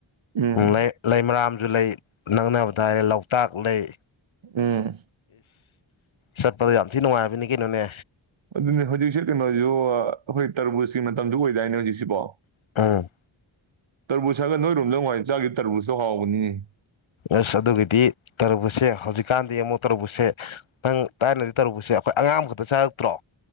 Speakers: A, on the right (about 65°); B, on the left (about 70°).
A: ꯎꯝ
B: ꯂꯩ ꯂꯩꯃꯔꯥꯝ ꯁꯨ ꯂꯩ ꯅꯪꯅꯕꯗ ꯍꯥꯏꯔꯦ ꯂꯧ ꯇꯥꯛꯂꯩ
A: ꯎꯝ꯫
B: ꯆꯠꯄꯗ ꯌꯥꯝ ꯊꯤ ꯅꯨꯡꯉꯥꯏꯕꯅꯤ ꯀꯩꯅꯣꯅꯦ꯫
A: ꯑꯗꯨꯅꯦ ꯍꯧꯖꯤꯛꯁꯦ ꯀꯩꯅꯣꯁꯨ ꯑꯩꯈꯣꯏ ꯇꯔꯕꯨꯨꯖꯀꯤ ꯃꯇꯝꯁꯨ ꯑꯣꯏꯗꯥꯏꯅꯦ ꯍꯧꯖꯤꯛꯁꯤꯕꯣ꯫
B: ꯎꯝ꯫
A: ꯇꯔꯕꯨꯖ ꯍꯥꯏꯔꯥꯒ ꯅꯣꯏꯔꯣꯝꯗ ꯅꯍꯟꯋꯥꯏ ꯆꯥꯒꯤ ꯇꯔꯕꯨꯖꯇꯣ ꯍꯥꯎꯕꯅꯤ
B: ꯑꯁ ꯑꯗꯨꯒꯗꯤ ꯇꯔꯕꯨꯖꯁꯦ ꯍꯧꯖꯤꯛꯀꯥꯟꯗꯤ ꯑꯃꯨꯛ ꯇꯔꯅꯕꯨꯖꯁꯦ ꯅꯪ ꯊꯥꯏꯅꯗꯤ ꯇꯔꯕꯨꯖꯛꯁꯦ ꯑꯩꯈꯣꯏ ꯑꯉꯥꯡ ꯈꯛꯇ ꯆꯥꯔꯛꯇ꯭ꯔꯣ